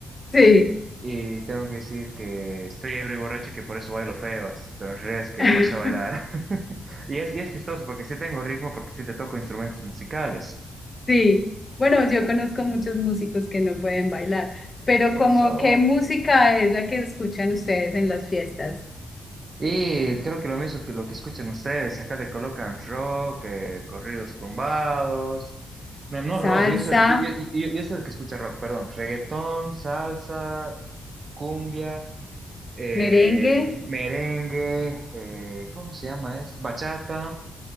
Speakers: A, on the left; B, on the right.
A: Sí.
B: Y tengo que decir que estoy ebrio y borracho, y que por eso bailo feas. Pero en realidad es que
A: <laughs>
B: no sé bailar. <laughs> Y es, y es chistoso porque sí tengo ritmo, porque sí te toco instrumentos musicales.
A: Sí, bueno, yo conozco muchos músicos que no pueden bailar, pero
B: Eso.
A: como qué música es la que escuchan ustedes en las fiestas?
B: Y creo que lo mismo que lo que escuchan ustedes, acá le colocan rock, eh, corridos tumbados. No, no rock,
A: Salsa,
B: yo soy, yo, yo- yo- yo soy el que escucha rock, perdón. Reggaetón, salsa, cumbia, eh,
A: merengue,
B: merengue, eh, ¿cómo se llama? Es bachata.